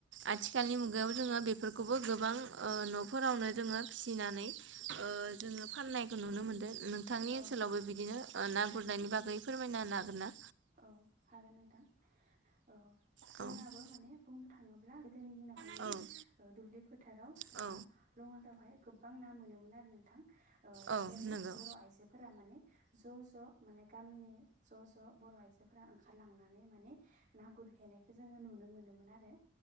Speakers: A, on the right; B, on the right.
A: आथिखालनि मुगायाव जोङो बेफोरखौबो गोबां
B: औ
A: न'फोरावनो जोङो फिनानै जोङो फाननायखौ नुनो मोनदों नोंथांनि
B: औ
A: ओनसोलावबो बिदिनो ना गुरनायनि बागै फोरमायना हागोन ना
B: औ हागोन नोंथां औ जोंनाबो
A: हागोन
B: माने बुंनो थाङोब्ला गोदोनि दिनावहाय माने
A: ना
B: दुब्लि फोथाराव
A: औ
B: बा लङारावहाय गोबां ना मोनोमोन आरो नोंथां
A: औ
B: जेरै
A: नंगौ
B: बर' आइजोफोरा माने ज' ज' माने गामिनि ज' ज' बर' आइजोफोरा ओंखारलांनानै माने ना गुरहैनायखौ जोङो नुनो मोनोमोन आरो